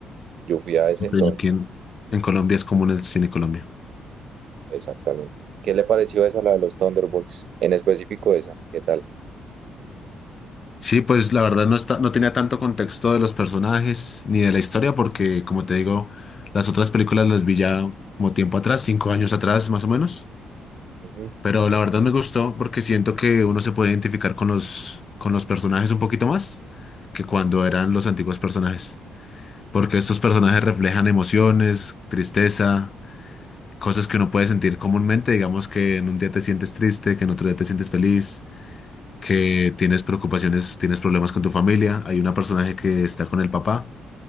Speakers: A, on the right; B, on the left.
A: Yo fui a ese
B: Ok,
A: entonces,
B: Aquí en, en Colombia es común el Cine Colombia.
A: exactamente. ¿Qué le pareció esa, la de los Thunderbolts? En específico esa, ¿qué tal?
B: Sí, pues la verdad no está, no tenía tanto contexto de los personajes ni de la historia, porque como te digo, las otras películas las vi ya como tiempo atrás, cinco años atrás más o menos.
A: Ujú.
B: Pero la verdad me gustó porque siento que uno se puede identificar con los, con los personajes un poquito más que cuando eran los antiguos personajes. Porque estos personajes reflejan emociones, tristeza, cosas que uno puede sentir comúnmente. Digamos que en un día te sientes triste, que en otro día te sientes feliz que tienes preocupaciones, tienes problemas con tu familia, hay una personaje que está con el papá.